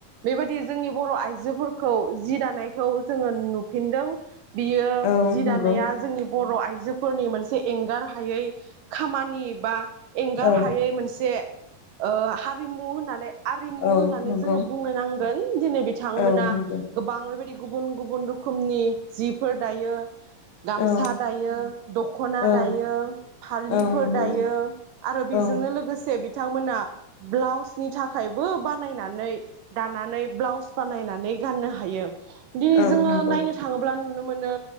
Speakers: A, on the right; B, on the left.
A: बेबायदि जोंनिआव बर' आइजोफोरखौ जि दानायखौ जोङो नुफिनदों। बियो
B: औ
A: जि
B: नंगौ
A: दानाया जोंनि बर' आइजोफोरनि मोनसे एंगार हायै खामानि। बा एंगार
B: औ
A: हायै मोनसे ओ हारिमु होननानै आरिमु
B: औ
A: होननानै
B: नंगौ
A: जोङो बुंनो नांग गोन दिनैब थांमोना
B: औ नंगौ
A: गोबां बेबायदि गुबुन गुबुन रोखोमनि जिफोर दायो। गामसा
B: औ
A: दायो दखना
B: औ
A: दायो फालिफोर
B: औ नंगौ
A: दायो आरो बेजोंनो
B: औ
A: लोगोसे बि थांमोना ब्लाउसनि थाखायबो बानायनानै दानानै ब्लाउस बानायनानै गाननो हायो। दिनै
B: औ
A: जोङो
B: नंगौ
A: नायनो थाङोब्ला नु नुनो मोनो